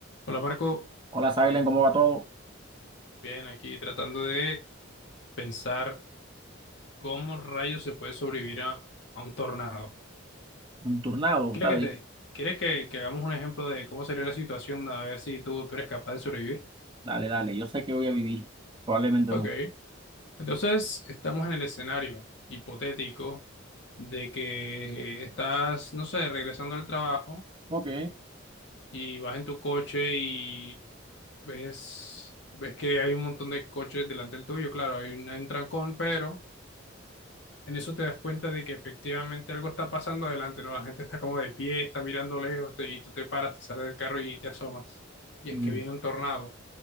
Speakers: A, on the left (about 60°); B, on the right (about 25°).
A: Hola Marco,
B: Hola, Silen, ¿cómo va todo?
A: bien, aquí tratando de pensar cómo rayos se puede sobrevivir a, a un tornado.
B: Un turnado,
A: ¿Quieres
B: ¿sabes?
A: que te, quieres que, que hagamos un ejemplo de cómo sería la situación a ver si tú, tú eres capaz de sobrevivir?
B: Dale, dale, yo sé que voy a vivir, probablemente
A: Ok,
B: no.
A: entonces estamos en el escenario hipotético de que estás, no sé, regresando al trabajo
B: Ok.
A: y vas en tu coche y ves, ves que hay un montón de coches delante del tuyo, claro, hay un, hay un trancón, pero... en eso te das cuenta de que efectivamente algo está pasando adelante, ¿no? La gente está como de pie, está mirando lejos te- y tú te paras, te sales del carro y te asomas. Y
B: mm.
A: es que viene un tornado.